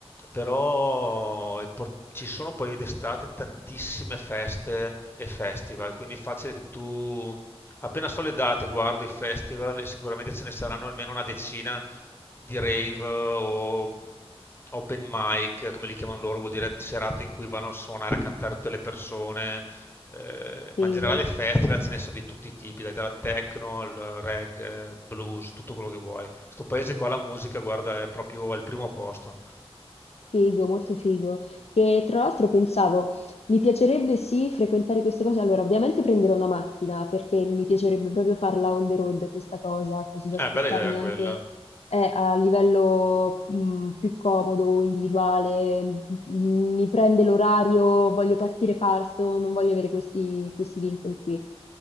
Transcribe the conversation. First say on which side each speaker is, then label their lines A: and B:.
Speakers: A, on the left (about 20°); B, on the left (about 80°).
A: però il por- ci sono poi d'estate tantissime feste e festival, quindi è facile che tu, appena so le date, guardo i festival e sicuramente ce ne saranno almeno una decina di rave o open mic, come li chiamano loro, vuol dire serate in cui vanno a suonare, a cantare tutte le persone. eh,
B: figo.
A: ma in generale festival ce ne sono di tutti i tipi, dai, dalla techno al reggae, blues, tutto quello che vuoi. Sto paese qua la musica, guarda, è proprio al primo posto.
B: Figo, molto figo. Che tra l'altro pensavo, mi piacerebbe sì frequentare queste cose. Allora, ovviamente prenderò una macchina perché mi piacerebbe proprio farla on the road questa cosa, così da
A: Eh,
B: spostarmi
A: bella idea quella.
B: anche eh, a livello mh, più comodo, individuale. M- Mi prende l'orario, voglio partire, parto, non voglio avere questi, questi vincoli qui.